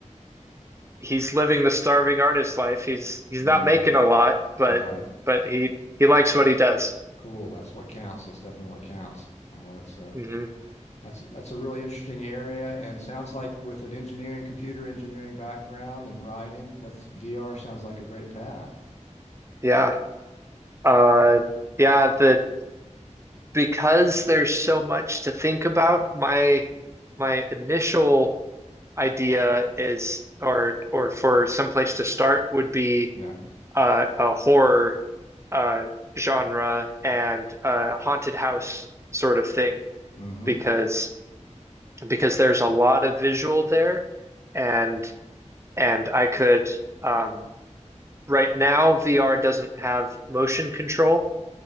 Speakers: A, on the right; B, on the left.
A: he's living the starving artist life. He's he's
B: hmm
A: not making a lot, but
B: right,
A: but he he likes what he does.
B: cool. That's what counts. That's definitely what counts. Oh, that's uh,
A: hmm
B: that's that's a really interesting area, and sounds like with an engineering, computer engineering background and writing, that's VR sounds like a great path.
A: Yeah. Uh, yeah. The because there's so much to think about, my my initial idea is or or for some place to start would be
B: Yeah.
A: uh, a horror uh, genre and a haunted house sort of thing
B: hmm
A: because because there's a lot of visual there and and I could um, right now VR doesn't have motion control